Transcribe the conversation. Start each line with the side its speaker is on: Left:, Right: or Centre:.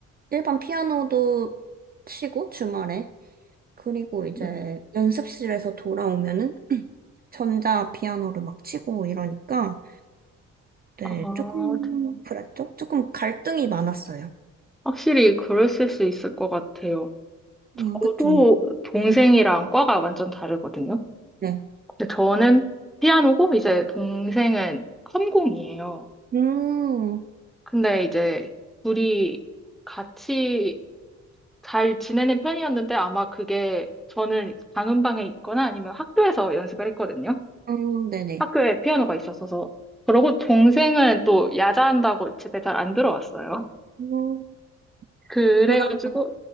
Right: 일반 피아노도 치고 주말에 그리고 이제
Centre: 네.
Right: 연습실에서 돌아오면은 <clears throat> 전자 피아노를 막 치고 이러니까 네,
Centre: 아,
Right: 조금 그랬죠? 조금 갈등이 많았어요.
Centre: 확실히 그랬을 수 있을 것 같아요. 저도
Right: 음, 그쵸.
Centre: 동생이랑 과가 완전 다르거든요.
Right: 네.
Centre: 근데 저는 피아노고 이제 동생은 컴공이에요.
Right: 음,
Centre: 근데 이제 둘이 같이 잘 지내는 편이었는데 아마 그게 저는 방음방에 있거나 아니면 학교에서 연습을 했거든요.
Right: 음, 네네.
Centre: 학교에 피아노가 있었어서. 그러고 동생은 또 야자한다고 집에 잘 안 들어왔어요.
Right: 음,
Centre: 그래가지고
Right: 그러면,